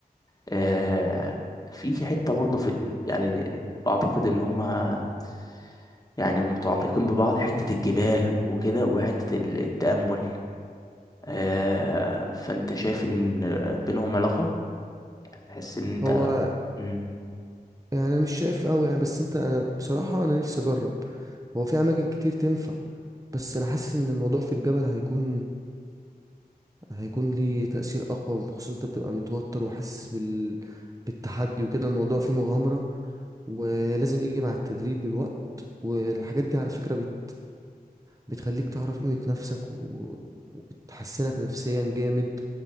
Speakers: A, on the left; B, on the right.
A: آه في حته برضه في يعني اعتقد ان هما يعني متعلقين ببعض حته الجبال وكده وحته التامل آه، فانت شايف ان آه، بينهم علاقة تحس ان انت
B: هو
A: مم.
B: يعني انا مش شايف قوي يعني بس انت انا بصراحه انا نفسي اجرب هو في اماكن كتير تنفع بس انا حاسس ان الموضوع في الجبل هيكون هيكون ليه تأثير أقوى خصوصا أنت بتبقى متوتر وحاسس بال... بالتحدي وكده الموضوع فيه مغامرة ولازم يجي مع التدريب بالوقت والحاجات دي على فكرة بت... بتخليك تعرف قيمة نفسك و... وبتحسنك نفسيا جامد